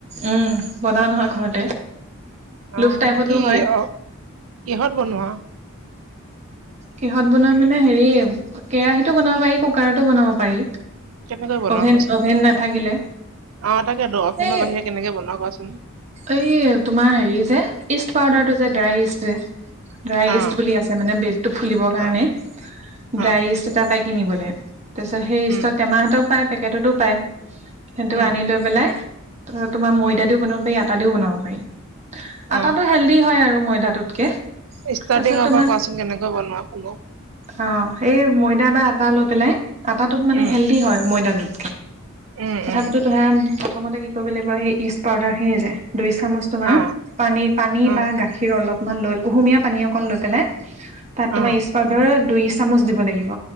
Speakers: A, on the right; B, on the right.
A: উম, বনাও নহয় ঘৰতে। লোভ
B: অ',
A: টাইপতো
B: কি
A: হয়
B: অ', কিহত বনোৱা?
A: কিহত বনোৱা মানে হেৰি, কেৰাহিটো বনাব পাৰি, কুকাৰতো বনাব পাৰি।
B: কেনেকৈ বনোৱা
A: অভেন
B: কোৱাচোন
A: অভেন নাথাকিলে
B: আহ তাকে তু অফেনৰ
A: এই
B: বাহিৰে কেনেকে বনোৱা কোৱাচোন
A: এই তোমাৰ হেৰি যে ইষ্ট পাউডাৰটো যে
B: উম,
A: ড্ৰাইইষ্ট যে ড্ৰাই
B: অ
A: ইষ্ট বুলি আছে মানে ব্ৰেফ টো ফুলিবৰ কাৰণে
B: অ
A: ড্ৰাইচ
B: অ
A: এটা পাই কিনিবলৈ তাৰপিছত সেই
B: উম
A: ইষ্টতোৰ টেমাহ এটাও পায় পেকেটতো পায় হেইতো
B: উম
A: আনি লৈ পেলাই ধৰ তোমাৰ ময়দা
B: উম
A: দিও বনাওঁ দিও বনাব পাৰি আটাটো
B: অ
A: হেল্ডি হয় আৰু ময়দাটোতকে
B: ষ্টাৰ্টিঙৰ
A: তাৰপিছত তোমাৰ
B: পৰা কোৱাচোন কেনেকৈ বনোৱা শুনো
A: অ সেই ময়দা বা আটা লৈ পেলাই আটাটোত মানে
B: উম
A: হেলডি হয় ময়দাটোত
B: উম
A: তথাপিতো
B: উম
A: তহে প্ৰথমতে কি কৰিব লাগিব সেই ইচ পাউদাৰ সেই যে দুই চামুচ তোমাৰ
B: অ
A: পানী পানী
B: অ
A: বা গাখীৰ অলপমান লৈ কুহুমীয়া পানী অকণ লৈ পেলাই তাত তোমাৰ
B: অ
A: ইচ পাউদাৰ দুই চামুচ দিব লাগিব